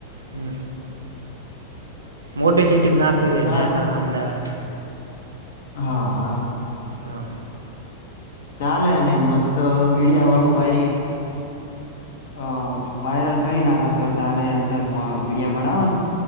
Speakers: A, on the right; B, on the left.
A: હમ મોટી સિટી નાખવી છે
B: ચાલ
A: મહેસાણા, અમદાવાદ
B: હા
A: હા
B: ચાલે ન મસ્ત મીડિયા વાળું વાયરિંગ અ વાયરલ કરી નાખો તોય ચાલે અસલ વિડીયો બનાવો ને